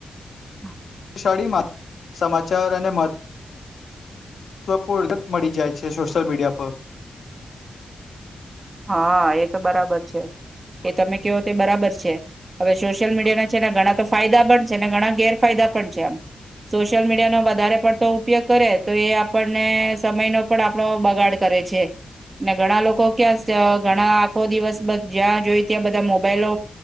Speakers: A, on the right; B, on the left.
A: <inaudible>
B: શાળી સમાચાર અને મહત્વપૂર્ણ મળી જાય છે સોશિયલ મીડિયા પર.
A: હા એ તો બરાબર છે એ તમે કેવો તે બરાબર છે હવે સોશિયલ મીડિયા ના છે ને ઘણા તો ફાયદા પણ છે ને ઘણા ગેરફાયદા પણ છે એમ સોશિયલ મીડિયાનો વધારે પડતો ઉપયોગ કરે તો એ આપણને સમય નો પણ આપ આપડો બગાડ કરે છે ઘણા લોકો ક્યાં ઘણા આખો દિવસ જ્યાં જોઈ ત્યાં બધા મોબાઈલો